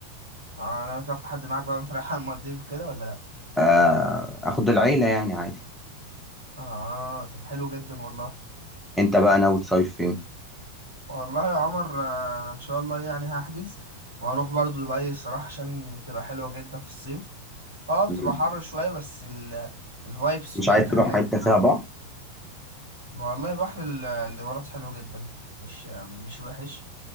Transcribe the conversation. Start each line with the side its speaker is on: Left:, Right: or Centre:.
Right: اه ناوي تاخد حد معاك بقى وانت رايح على المالديف وكده ولا لا
Centre: آه، أخد العيلة يعني عادي
Right: اه طب حلو جدا والله
Centre: أنت بقى ناوي تصيف فين؟
Right: والله يا عمر آه، انا ان شاء الله يعني هحجز وهروح برضو دبي الصراحة عشان تبقى حلوة جدا في الصيف اه بتبقى
Centre: مم.
Right: حر شوية بس ال الفايبس
Centre: مش
Right: بتاعتها
Centre: عايز تروح
Right: هناك
Centre: حتة
Right: بقى
Centre: فيها بحر؟
Right: و... ما والله بحر ال- الامارات حلو جدا مش مش وحش